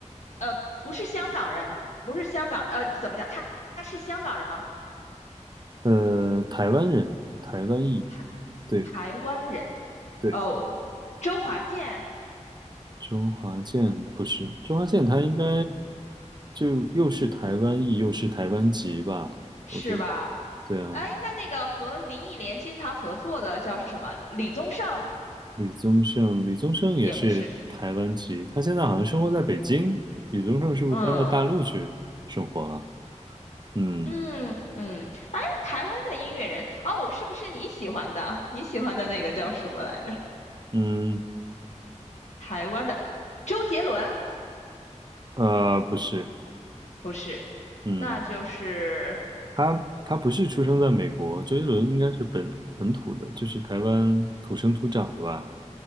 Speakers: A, on the left; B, on the right.
A: 呃，不是香港人，不是香港，呃，怎么讲？他他是香港人吗？
B: 呃，台湾人，台湾裔，
A: 台
B: 对
A: 台湾人。
B: 对。
A: 哦，周华健
B: 周华健不是，周华健他应该就又是台湾裔又是台湾籍吧？
A: 是吧？
B: 我觉得对啊，
A: 哎，那那个和林忆莲经常合作的叫什么？李宗盛
B: 李宗盛，李宗盛也是台湾籍，
A: 也不是。
B: 他现在好像生活在北京。李宗盛是不是搬到大陆去生活了？
A: 嗯
B: 嗯
A: 嗯嗯，哎，台湾的音乐人哦，是不是你喜欢的？你喜欢的那个叫什么来着？
B: 嗯
A: 台湾的周杰伦
B: 呃，不是，
A: 不是，
B: 嗯，
A: 那就是
B: 他他不是出生在美国，周杰伦应该是本本土的，就是台湾土生土长的吧？